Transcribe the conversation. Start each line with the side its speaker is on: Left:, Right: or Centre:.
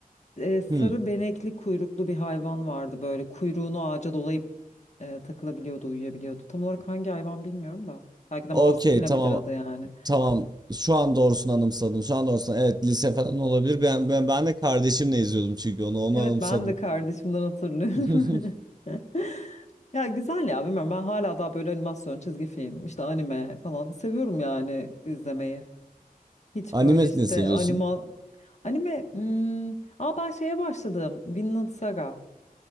Left: e, sarı
Right: Hmm.
Left: benekli kuyruklu bir hayvan vardı böyle kuyruğunu ağaca dolayıp e, takılabiliyordu uyuyabiliyordu. Tam olarak hangi hayvan bilmiyorum da belki de
Right: Okey
Left: Marsupilami'dir
Right: tamam
Left: adı yani.
Right: tamam. Şu an doğrusunu anımsadım. Şu an doğrusunu. Evet lise falan olabilir. Ben ben ben de kardeşimle izliyordum çünkü onu onu
Left: Evet
Right: anımsadım.
Left: ben de kardeşimden hatırlıyorum.
Right: <laughs>
Left: <laughs> Ya güzel ya bilmiyorum ben hala daha böyle animasyon, çizgi film, işte anime falan seviyorum yani izlemeyi. Hiç
Right: Anime
Left: böyle işte
Right: ne seviyorsun?
Left: anima anime hmm, Aa ben şeye başladım. Vinland Saga